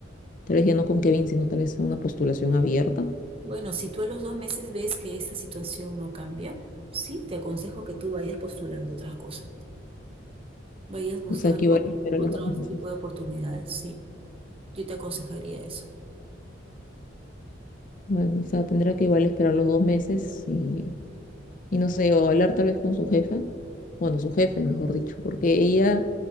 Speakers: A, on the left; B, on the right.
A: tal vez ya no con Kevin, sino tal vez a una postulación abierta.
B: bueno, si tú a los dos meses ves que esta situación no cambia, sí, te aconsejo que tú vayas postulando otras cosas, vayas buscando
A: O sea, que igual
B: otro
A: esperar
B: otro
A: los dos meses.
B: tipo de oportunidades, sí. Yo te aconsejaría eso.
A: Bueno, o sea, tendrá que igual esperar los dos meses y, y no sé, o hablar tal vez con su jefa, bueno, su jefe, mejor dicho, porque ella